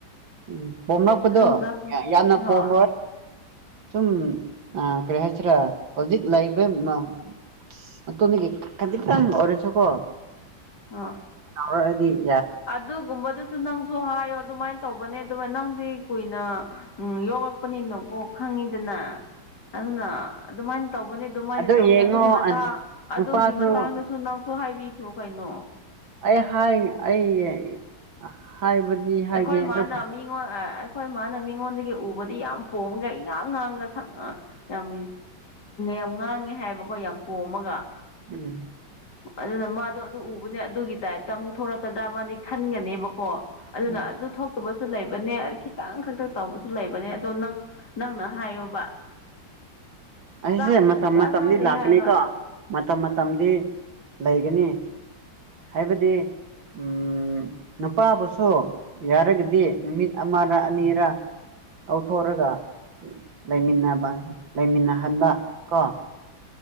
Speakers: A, on the right (about 70°); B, on the left (about 55°).
A: ꯎꯝ ꯄꯣꯝꯂꯛꯄꯗꯣ
B: ꯑꯗꯨꯝ ꯆꯥꯛ
A: ꯌꯥꯝꯅ
B: ꯍꯣꯏ
A: ꯄꯣꯝꯔꯣꯏ ꯁꯨꯝ ꯑꯥ ꯀꯔꯤ ꯍꯥꯏꯁꯤꯔꯥ ꯍꯧꯖꯤꯛ ꯂꯩꯕ ꯃ ꯃꯇꯣꯟꯗꯒꯤ ꯈꯖꯤꯛꯇꯡ ꯑꯣꯏꯔꯁꯨ ꯀꯣ
B: ꯍꯥ
A: ꯍꯥ ꯍꯥꯗꯤ <unintelligible>
B: ꯑꯗꯒꯨꯨꯝꯕꯗꯨꯁꯨ ꯅꯪꯁꯨ ꯁꯨ ꯍꯥꯏꯌꯣ ꯑꯗꯨꯃꯥꯏꯅ ꯇꯧꯕꯅꯦ ꯑꯗꯨꯃꯥꯏ ꯅꯪꯗꯤ ꯀꯨꯏꯅ ꯌꯣꯛꯂꯛꯄꯅꯤꯅꯀꯣ ꯈꯪꯉꯤꯗꯅ ꯑꯗꯨꯅ ꯑꯗꯨꯃꯥꯏꯅ ꯇꯧꯕꯅꯦ ꯑꯗꯨꯃꯥꯏꯅ
A: ꯑꯗꯣ
B: ꯇꯧꯕꯅꯦ
A: ꯌꯦꯡꯉꯣ
B: ꯑꯗꯨꯒꯤ ꯃꯇꯥꯡ ꯑꯗꯨꯒꯤ
A: ꯅꯨꯄꯥꯁꯨ
B: ꯃꯇꯥꯡꯗꯁꯨ ꯅꯪꯁꯨ ꯍꯥꯏꯕꯤ ꯔꯣ ꯀꯩꯏꯅꯣ
A: ꯑꯩ ꯍꯥꯏ ꯑꯩ ꯍꯥꯏꯕꯗꯤ ꯍꯥꯏꯒꯦ
B: ꯑꯩꯈꯣꯏ
A: ꯑꯗꯨꯕꯨ
B: ꯃꯥꯅ ꯃꯤꯉꯣꯟ ꯑꯥ ꯑꯥ ꯑꯩꯈꯣꯏ ꯃꯥꯅ ꯃꯤꯉꯣꯟꯗꯒꯤ ꯎꯕꯗꯤ ꯌꯥꯝ ꯄꯣꯝꯃꯒ ꯏꯉꯥꯡ ꯉꯥꯡꯒ ꯌꯥꯝ ꯌꯥꯝ ꯉꯥꯡꯉꯦ ꯍꯥꯏꯕꯀꯣ ꯌꯥꯝ ꯄꯣꯝꯃꯒ
A: ꯎꯝ
B: ꯑꯗꯨꯅ ꯃꯥꯗꯣ ꯑꯗꯨ ꯎꯕꯅꯦ ꯑꯗꯨꯒꯤ ꯇꯥꯏꯞꯇ ꯑꯃꯨꯛ ꯊꯣꯔꯛꯀꯗ꯭ꯔꯥ ꯃꯥꯗꯤ ꯈꯟꯒꯅꯤꯕꯀꯣ ꯑꯗꯨꯅ
A: ꯎꯝ
B: ꯑꯗꯨ ꯊꯣꯛꯇꯕꯁꯨ ꯁꯨ ꯂꯩꯕꯅꯦ ꯈꯤꯇꯪ ꯈꯛꯇ ꯇꯧꯕꯁꯨ ꯂꯩꯕꯅꯦ ꯑꯗꯣ ꯅꯪ ꯅꯪꯅ ꯍꯥꯏꯌꯣꯕ
A: ꯑꯁꯤꯁꯦ
B: ꯆꯥꯛꯄꯨꯗꯤ
A: ꯃꯇꯝ
B: ꯁꯨꯡꯆꯥ
A: ꯃꯇꯝꯗꯤ
B: ꯆꯥꯗꯦ
A: ꯂꯥꯛꯀꯅꯤꯀꯣ
B: ꯍꯥꯏꯕ
A: ꯃꯇꯝ ꯃꯇꯝꯗꯤ ꯂꯩꯒꯅꯤ ꯍꯥꯏꯕꯗꯤ ꯎꯝ ꯅꯨꯄꯥꯕꯨꯁꯨ ꯌꯥꯔꯒꯗꯤ ꯅꯨꯃꯤꯠ ꯑꯃꯔ ꯑꯅꯤꯔ ꯂꯧꯊꯣꯛꯑꯒ ꯂꯩꯃꯤꯟꯅꯕ ꯂꯩꯃꯤꯟꯅꯍꯟꯕ ꯀꯣ